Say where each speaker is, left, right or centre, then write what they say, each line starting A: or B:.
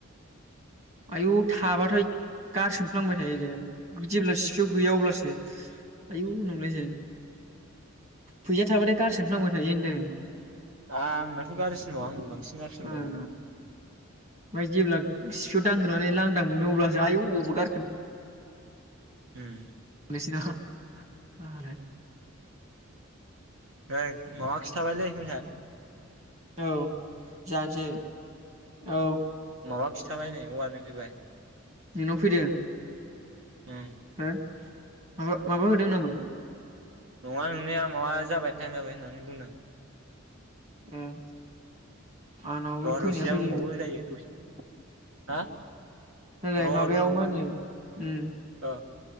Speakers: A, on the right; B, on the right.
A: आयु थाबाथ' गार सोमफ्लांबाय थायो जे जेब्ला सिफयाव गैया अब्लासो आयौ नंलायसै फैसाया थाबाथाय गारसिनो थांबाय थायो होनदों।
B: दा आंनाथ' गाज्रिसिनबावो आं बांसिन
A: ओ
B: गारसिनबावो औ-।
A: ओमफ्राय जेब्ला खिखौ दांग्रोनानै लांदां मोनो अब्लासो आइ अबावबो गारखोन
B: अम।
A: बिसिना खालामो रे
B: माबा खिथाबायलै बैनाय
A: औ। जाहाथे औ।
B: माबा खिन्थाबाय नै वारनिं फैबाय
A: नोंनाव फैदों?
B: औ।
A: हो माबा -माबा होदों नामा?
B: नङा नोंनिया माबा जाबाय टाइम जाबाय होननानै बुंदों।
A: अम। आंनावबो
B: र'
A: फैनाया
B: दसे
A: फैदों
B: जाबाव दंबावो जायो दसे हा
A: देलाय
B: र'
A: माबायाव
B: दंबावो
A: मा होनो अम
B: ओ